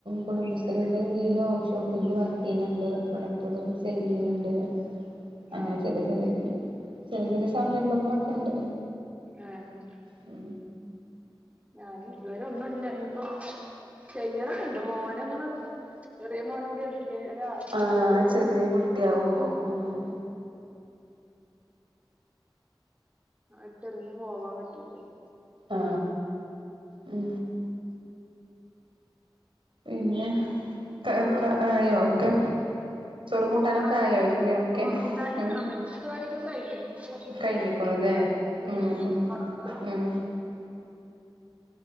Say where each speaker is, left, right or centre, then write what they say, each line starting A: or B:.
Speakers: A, on the right; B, on the right.
A: കുടുംബശ്രീന്റെ കീഴിലും ഹോം ഷോപ്പിന്റെ വർ ചെയ്യുന്നുണ്ട് പ്രൊഡക്ടുകള് സെയിൽ ചെയ്യുന്നുണ്ട്. അങ്ങനെ
B: ആഹ്
A: ചെറിയ ചെറിയ ചെറിയ ചെറിയ സംരംഭങ്ങളൊക്കെ ണ്ട്
B: ആണ്
A: മ്
B: ഞാന് ഇതുവരെ ഒന്നുല്ല ഇഞ്ഞിപ്പോ ചെയ്യണന്ന്ണ്ട് മോനൊന്ന്ണ് ചെറേ മോനോടി എന്തൊക്കെയാല്ലേ ആ സ്കൂളില
A: ആഹ്
B: ച
A: ചെറിയ
B: വെച്ചാ
A: കുട്ടിയാവുമ്പോ ആഹ്
B: ആഹ് ഇട്ടെറിഞ്ഞ് പോവാൻ പറ്റൂലല്ലോ
A: ആ മ് പിന്നെ ഒക്കെ ആയോ ഒക്കെ ചൊറും കൂട്ടാനൊക്കെ
B: ആഹ്
A: ആയോ
B: ഇനി
A: ഒരുങ്ങിയോ ഒക്കെ
B: ചോറും കൂട്ടാന്
A: ഉം
B: അങ്ങനത്തെ പരിപാടിയൊക്കെ കഴിഞ്ഞു ഇനിയിപ്പോ അടി
A: കഴിഞ്ഞിക്കണുല്ലേ
B: അടിച്ചുവാരല്
A: മ്
B: കഴിഞ്ഞു
A: മ് മ്
B: തൊടക്കണം
A: മ്